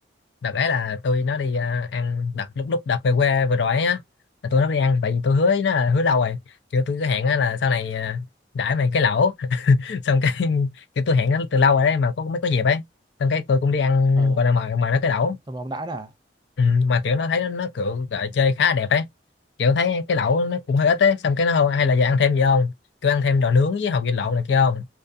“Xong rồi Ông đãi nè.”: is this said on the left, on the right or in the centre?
Right